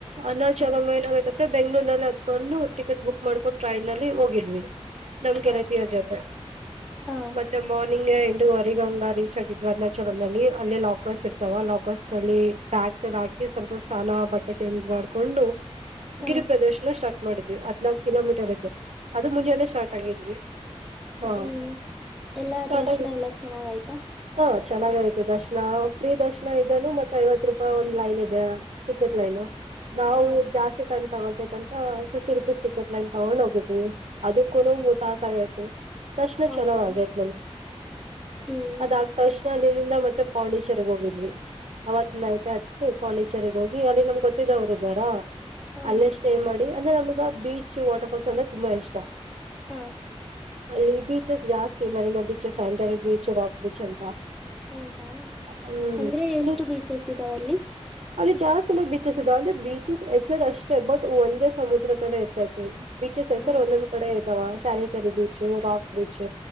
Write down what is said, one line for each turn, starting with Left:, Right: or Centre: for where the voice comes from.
Right: ಅರುಣಾಚಲಂ
Centre: ಹ
Right: ಮ ಏನಾಗೈತತೆ ಬೆಂಗ್ಗಳೂರ್ ನಲ್ಲಿ ಅತ್ಕೊಂಡು ಟಿಕೆಟ್ಸ್ ಬುಕ್. ಮಾಡ್ಕೊಂಡ್ ಟ್ರೈನ್ ನಲ್ಲಿ ಹೋಗಿದ್ವಿ ನಮ್
Centre: ಹ
Right: ಗೆಳತಿರ ಜೊತೆ
Centre: ಹ
Right: ಮತ್ತೆ. ಮಾರ್ನಿಂಗ್ ಎಂಟೂವರೆಗಂಗ ರೀಚ್ ಆಗಿದ ಅರುಣಾಚಲಂನಲ್ಲಿ ಅಲ್ಲೇ ಲಾಕರ್ಸ್ ಇರ್ತಾವ ಲಾಕರ್ಸ್ಲ್ಲಿ. ಬ್ಯಾಗ್ಸ್ ಎಲ್ಲಾ ಹಾಕಿ ಸ್ವಲ್ಪ ಸ್ನಾನ ಬಟ್ಟೆ ಚೇಂಜ್ ಮಾಡ್ಕೊಂಡು.
Centre: ಹ
Right: ಗಿರಿ ಪ್ರದರ್ಶನ ಸ್ಟಾರ್ಟ್ ಮಾಡಿದ್ವಿ ಹದಿನಾಲ್ಕು ಕಿಲೋಮೀಟರ ಆಯ್ತೀ ಅದು ಮುಂಜಾನೆ ಸ್ಟಾರ್ಟ್ ಆಗಿದ್ವಿ.
Centre: ಹ್ಮ
Right: ಹಾ
Centre: ಹ್ಮ್ ಎಲ್ಲ
Right: ಸ್ಟಾರ್ಟ್
Centre: ದರ್ಶನ
Right: ಆಗಿ
Centre: ಎಲ್ಲ ಚೆನ್ನಾಗ ಆಯ್ತಾ.
Right: ಹಾ ಚೆನ್ನಾಗ ಆಯ್ತು ದರ್ಶನ ಫ್ರೀ ದರ್ಶನ ಇದದೆೇನು ಮತ್ತತ್ ಐವತ್ ರೂಪಾಯಿ ಒಂದು ಲೈನ್ ಇದೆ. ಟಿಕೆಟ್ ಲೈನು ನಾವು
Centre: ಹಾ
Right: ಜಾಸ್ತಿ ಟೈಮ್ ತಗೊಳ್ತೈ ಅಂತ ಫಿಫ್ಟಿ. ಟಿಕೆಟ್ ಲೈನ್ ತಗೊಂಡ್ ಹೋಗಿದ್ವಿ ಅದಕ್ಕೂ ತಾಸ ಆಗೈತಿ ತಕ್ಷಣ
Centre: ಹೌದಾ
Right: ಚಲೋ ಆಗೆ. ಗ
Centre: ಹ್ಮ್
Right: ಅದ ಆ ತಕ್ಷಣ ಅಲ್ಲಿಂದ ಮತ್ತೆ ಪಾಂಡಿಚೆರಿಗೆ ಹೋಗಿದ್ವಿ. ಅವತ್ ಲೈಟ್ ಆಯತು ಪಾಂಡಿಚೆರಿ ಹೋಗಿ ಅಲ್ಲಿ ನಮ್ಗೆ ಗೊತ್ತ ಇದ್ದವರ ಅದರ.
Centre: ಹಾ
Right: ಅಲ್ಲೇ ಸ್ಟೇ ಮಾಡಿ ಅಂದ್ರೆ ನಮ್ಗ ಬೀಚ್ ವಾಟರ್ಫಾಲ್ಸ್ ಅಂದ್ರೆ ತುಂಬಾ ಇಷ್ಟ.
Centre: ಹಾಂ.
Right: ಅಲ್ಲಿ ಬೀಚಸ್ ಜಾಸ್ತಿ ಮರಿನ ಬೀಚಸ್ ಸ್ಯಾಂಟರಿಕ್ ಬೀಚ್ ರಾಕ್ ಬೀಚ್ ಅಂತ.
Centre: ಹೌದಾ
Right: ಹ್ಮ್
Centre: ಅಂದ್ರೆ ಎಷ್ಟು
Right: ನೀ
Centre: ಬೀಚಸ್ ಇದಾವಲ್ಲಿ.
Right: ಅಲ್ಲಿ ಜಾಸ್ತಿನ ಬೀಚಸ್ ಇದೆ ಅಂದ್ರೆ ಬೀಚಸ್ ಹೆಸರು ಅಷ್ಟೇ ಬಟ್ ಒಂದೇ ಸಮುದ್ರ ತರ ಇರ್ತೈತೆಲ್ಲಿ. ಬೀಚಸ್ ಹೆಸರ
Centre: ಹ್ಮ್
Right: ಒಂದೊಂದ್ ಕಡೆ ಇದಾವ ಸಾರಕರಿ ಬೀಚ ರಾಕ್ ಬೀಚ್.